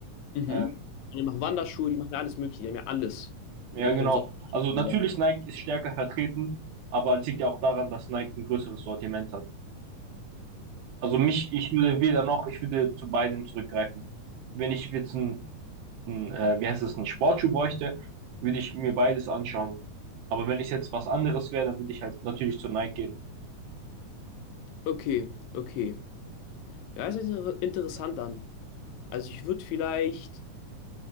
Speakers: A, on the left; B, on the right.
A: Mhm.
B: Ähm,
A: Die machen Wanderschuhe, die machen ja alles Mögliche, die haben ja alles in
B: ja, genau.
A: ihrem Sortiment,
B: Also
A: wie
B: natürlich
A: gesagt.
B: Nike ist stärker vertreten, aber es liegt ja auch daran, dass Nike ein größeres Sortiment hat. Also mich, ich würde weder noch, ich würde zu beidem zurückgreifen. Wenn ich jetzt ein, ein äh, wie heißt es, ein Sportschuh bräuchte, würde ich mir beides anschauen. Aber wenn ich jetzt was anderes wäre, dann würde ich halt natürlich zu Nike gehen.
A: Okay, okay. Ja, es hört sich inter- interessant an. Also ich würde vielleicht,